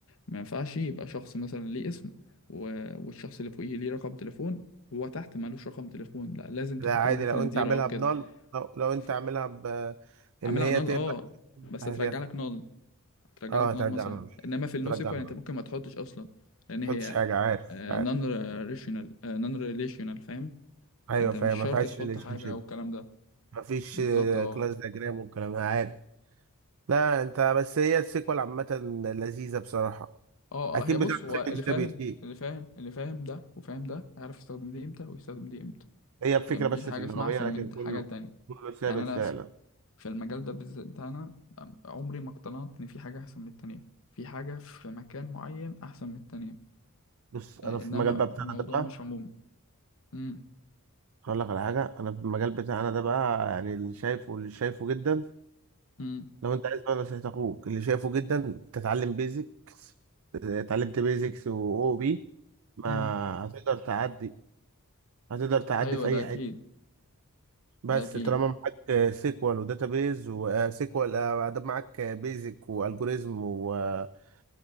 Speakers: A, on the left; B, on the right.
A: ما ينفعش يبقى شخص مثلا ليه اسم و... والشخص اللي فوقيه ليه رقم تليفون هو تحت مالوش رقم تليفون لا لازم تحط
B: لا عادي
A: له مثلا
B: لو انت
A: زيرو
B: عاملها
A: او كده
B: بنال لو, لو انت
A: ف-
B: عاملها ب ان
A: عاملها
B: هي
A: نال
B: تبقى
A: اه بس
B: هتاخد
A: هترجع لك نال هترجع
B: اه
A: لك
B: هترجع
A: نار مثلا
B: نال
A: انما في النوسيكوال
B: ترجع نال
A: انت
B: ما
A: ممكن ما تحطش اصلا لان
B: تحطش
A: هي
B: حاجه عارف عارف
A: نون ريليشنال نون ريليشنال فاهم
B: ايوه
A: فانت
B: فاهم
A: مش شرط
B: ما فيهاش
A: تحط
B: ريليشن
A: حاجه
B: شيب
A: او الكلام ده
B: ما فيش
A: بالظبط اه
B: كلاس دياجرام والكلام ده عارف لا انت بس هي السيكوال عامه لذيذه بصراحه
A: اه
B: اكيد
A: آه، هي بص
B: بتاع
A: هو اللي
B: جي
A: فاهم
B: بي تي
A: اللي فاهم اللي فاهم ده وفاهم ده هيعرف يستخدم دي امتى ويستخدم دي امتى
B: هي الفكره
A: يعني مفيش
B: بس
A: حاجه
B: في اللغويه
A: اسمها احسن
B: لكن
A: من
B: كله
A: حاجه تانية
B: كله ثابت
A: يعني انا
B: فعلا
A: في في المجال ده بالذات بتاعنا عمري ما اقتنعت ان في حاجه احسن من التانية في حاجه في مكان معين احسن من التانية
B: بص انا
A: آه،
B: في
A: انما
B: المجال بقى بتاعنا
A: الموضوع
B: ده بقى
A: مش عمومي امم
B: هقول لك على حاجه انا في المجال بتاعنا ده بقى يعني اللي شايفه اللي شايفه جدا
A: امم
B: لو انت عايز بقى نصيحة اخوك اللي شايفه جدا تتعلم بيزكس اتعلمت بيزكس واو بي ما
A: امم
B: هتقدر تعدي هتقدر تعدي
A: ايوه
B: في اي
A: ده اكيد
B: حتة بس
A: ده اكيد
B: طالما معاك سيكوال وداتابيز وسيكوال ادب معاك بيزك والجوريزم وداتا